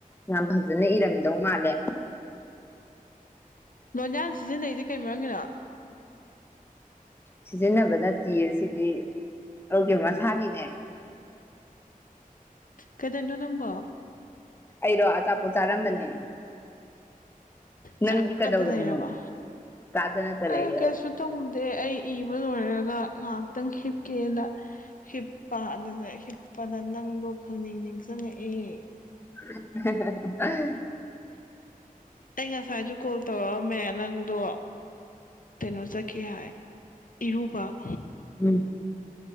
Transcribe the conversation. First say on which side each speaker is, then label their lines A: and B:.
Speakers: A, on the left; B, on the left.
A: ꯌꯥꯝ ꯐꯖꯅ ꯏꯔꯝꯗꯧ ꯃꯥꯜꯂꯦ
B: ꯂꯣꯟꯌꯥꯟ ꯁꯤꯖꯤꯟꯅꯩꯁꯦ ꯀꯩ ꯃꯔꯝꯒꯤꯅꯣ
A: ꯁꯤꯖꯤꯟꯅꯕ ꯅꯠꯇꯤꯌꯦ ꯁꯤꯗꯤ ꯑꯩꯒꯤ ꯃꯁꯥꯒꯤꯅꯦ
B: ꯀꯩꯗꯧꯏꯅꯣ ꯅꯪꯕꯣ
A: ꯑꯩꯔꯣ ꯑꯆꯥꯄꯣꯠ ꯆꯥꯔꯝꯕꯅꯦ
B: ꯆꯥ
A: ꯅꯪꯗꯤ
B: <unintelligible>
A: ꯀꯗꯧꯔꯝꯃꯤꯅꯣ
B: ꯀ ꯂꯩꯔꯕ
A: ꯆꯥꯗꯅꯇ
B: ꯑꯩ
A: ꯂꯩꯔꯦ
B: ꯀꯩꯁꯨ ꯇꯧꯗꯦ ꯑꯩ ꯏꯕ ꯂꯣꯏꯔꯒ ꯉꯥꯏꯍꯥꯛ ꯇꯪ ꯍꯤꯞꯀꯦꯅ ꯍꯤꯞꯄꯥ ꯑꯗꯨꯗ ꯍꯤꯞꯄꯗ ꯅꯪꯗꯣ ꯈꯪꯅꯤꯡ ꯅꯤꯡꯁꯤꯡꯉꯛꯑꯦ ꯍꯦ
A: <inaudible>
B: ꯑꯩ ꯉꯁꯥꯏꯁꯨ ꯀꯣꯜ ꯇꯧꯔꯛꯑꯝꯃꯦ ꯅꯪꯗꯣ ꯀꯩꯅꯣ ꯆꯠꯈꯤ ꯍꯥꯏ ꯏꯔꯨꯕ
A: ꯎꯝ